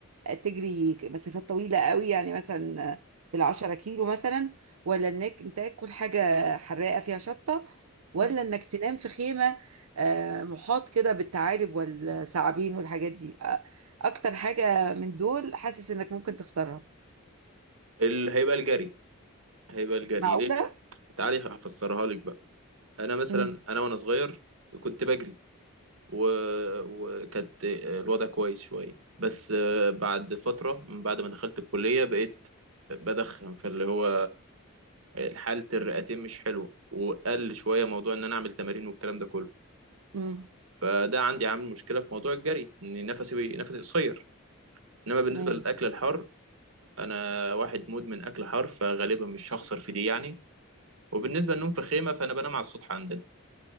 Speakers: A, on the right (about 85°); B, on the right (about 70°).
A: تجري مسافات طويلة قوي يعني مثلا بالعشرة كيلو مثلا ولا انك انت تاكل حاجة حراقة فيها شطة ولا
B: مم.
A: انك تنام في خيمة آه، محاط كده بالثعالب والثعابين والحاجات دي آه، اكتر حاجة من دول حاسس انك ممكن تخسرها
B: ال... هيبقى الجري هيبقى الجري
A: معقولة؟
B: ليه تعالي هفسرها لك بقى انا مثلا
A: امم
B: انا وانا صغير كنت بجري و... وكانت الوضع كويس شويه بس آه، بعد فتره من بعد ما دخلت الكليه بقيت بدخن فاللي هو حاله الرئتين مش حلوه وقل شويه موضوع ان انا اعمل تمارين والكلام ده كله
A: امم
B: فده عندي عامل مشكله في موضوع الجري ان نفسي بي... نفسي قصير انما بالنسبه
A: تمام
B: للاكل الحار انا واحد مدمن اكل حار فغالبا مش هخسر في دي يعني وبالنسبة للنوم في خيمة فأنا بنام على السطح عندنا